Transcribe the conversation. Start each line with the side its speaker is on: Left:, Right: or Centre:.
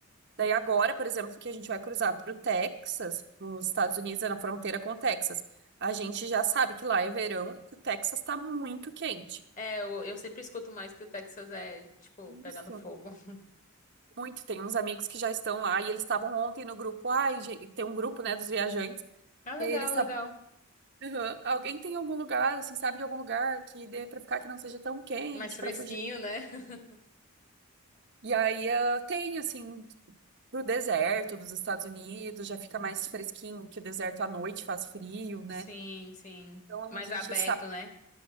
Right: Daí agora, por exemplo, que a gente vai cruzar para o Texas, nos Estados Unidos, é na fronteira com o Texas. A gente já sabe que lá é verão e que o Texas está muito quente.
Left: É, eu, eu sempre escuto mais que o Texas é, tipo, pegando
Right: Isso.
Left: fogo. <laughs>
Right: Muito. Tem uns amigos que já estão lá e eles estavam ontem no grupo. Ai, gente, tem um grupo, né, dos viajantes.
Left: Ah, legal,
Right: E aí eles estavam.
Left: legal.
Right: "Aham, Alguém tem algum lugar, assim, sabe de algum lugar que dê para ficar que não seja tão quente,
Left: Mais fresquinho,
Right: para fugir?
Left: né? <laughs>
Right: E aí ah, tem, assim, pro deserto dos Estados Unidos, já fica mais fresquinho, que o deserto à noite faz frio, né?
Left: Sim, sim.
Right: Então
Left: Mais
Right: a gente
Left: aberto,
Right: sabe
Left: né?